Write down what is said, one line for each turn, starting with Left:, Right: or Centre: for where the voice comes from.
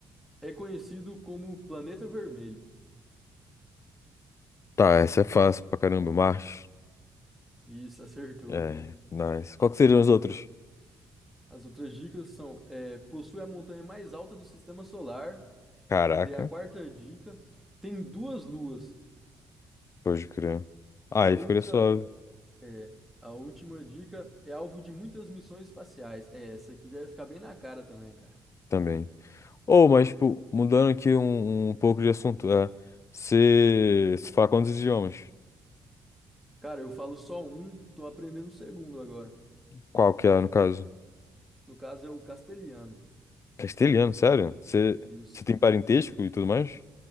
Centre: É conhecido como Planeta Vermelho.
Left: Tá, essa é fácil pra caramba, Marte.
Centre: Isso, acertou.
Left: É, nice. Qual que seriam os outros?
Centre: As outras dicas são: é, possui a montanha mais alta do sistema solar.
Left: Caraca,
Centre: E daí a quarta dica: tem duas luas.
Left: pode crer. Ah,
Centre: E
Left: aí
Centre: a outra,
Left: ficaria suave
Centre: é, a última dica é alvo de muitas missões espaciais. É, essa aqui já ia ficar bem na cara também, cara.
Left: também. Ou, mas, tipo, mudando aqui um, um pouco de assunto. É, você você fala quantos idiomas?
Centre: Cara, eu falo só um, tô aprendendo o segundo agora.
Left: Qual que é, no caso?
Centre: No caso é o castelhano.
Left: Castelhano, sério? Você
Centre: Isso.
Left: você tem parentesco e tudo mais?